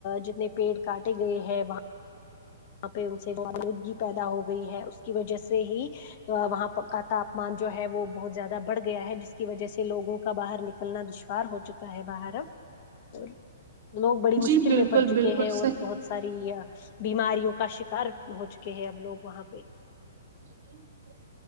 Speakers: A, on the left (about 45°); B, on the right (about 65°).
A: جتنے پیڑ کاٹے گئے ہیں وہاں یہاں پہ ان سے الودگی پیدا ہو گئی ہے اس کی وجہ سے ہی وہاں پکا تاپمان جو ہے وہ بہت زیادہ بڑھ گیا ہے جس کی وجہ سے لوگوں کا باہر نکل کل نا دشوار ہو چکا ہے باہر اب اور لوگ بڑی
B: جی
A: مشکل
B: بالکل
A: میں پڑ چکے
B: بالکل
A: ہیں اور
B: صحیح
A: بہت ساری بیماریوں کا شکار ہو چکے ہیں اب لوگ وہاں پہ
B: <unintelligible>